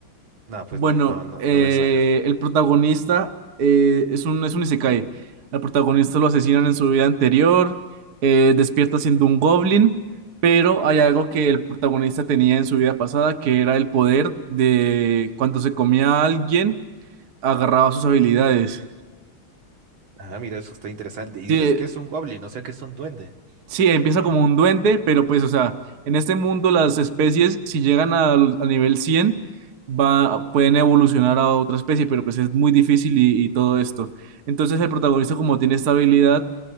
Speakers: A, on the right; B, on the right.
A: No, pues
B: Bueno,
A: no, no, no,
B: eh,
A: no me suena.
B: el protagonista eh, es un, es un isekai. Al protagonista lo asesinan en su vida anterior, eh, despierta siendo un goblin, pero hay algo que el protagonista tenía en su vida pasada, que era el poder de cuando se comía a alguien, agarraba sus habilidades.
A: Ah, mira, eso está interesante. Y
B: Sí,
A: dices que es un goblin, o sea que es un duende.
B: Sí, empieza como un duende, pero pues, o sea, en este mundo las especies, si llegan al, al nivel cien va, pueden evolucionar a otra especie, pero pues es muy difícil y, y todo esto. Entonces el protagonista, como tiene esta habilidad,